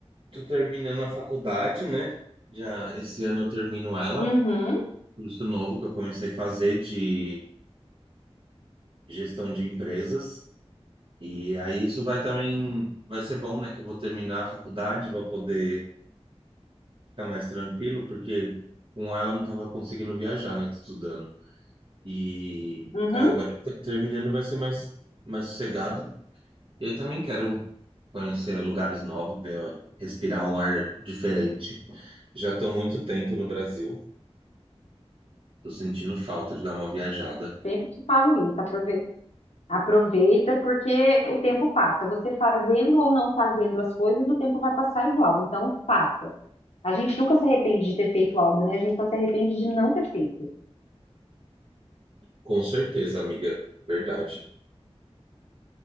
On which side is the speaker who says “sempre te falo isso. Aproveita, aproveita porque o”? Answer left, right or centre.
Left